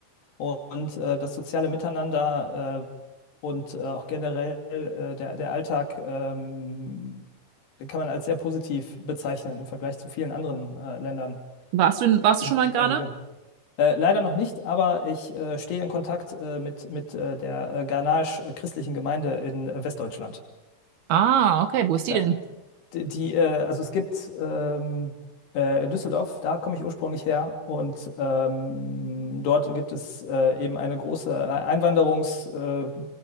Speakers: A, on the left (about 70°); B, on the right (about 70°).
A: Und äh, das soziale Miteinander äh, und äh, auch generell äh, der, der Alltag, ähm, den kann man als sehr positiv bezeichnen im Vergleich zu vielen anderen äh, Ländern
B: Warst du, warst
A: in
B: du schon mal in
A: der
B: Ghana?
A: Region. Äh, leider noch nicht, aber ich äh, stehe in Kontakt äh, mit, mit äh, der äh, Ghanaisch-christlichen Gemeinde in äh, Westdeutschland.
B: Ah, okay, wo ist
A: Da,
B: die denn?
A: die, die, äh, also es gibt ähm, äh, in Düsseldorf, da komme ich ursprünglich her, und ähm, dort gibt es äh, eben eine große Einwanderungswelle